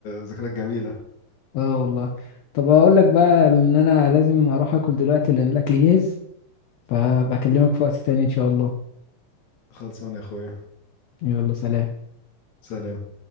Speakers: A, on the left (about 60°); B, on the left (about 75°).
A: ذكريات جميلة
B: اه والله طب اقول لك بقى ان انا لازم اروح اكل دلوقتي لان الاكل جاهز فبكلمك في وقت تاني إن شاء الله
A: خلصان يا اخويا
B: يلا سلام
A: سلام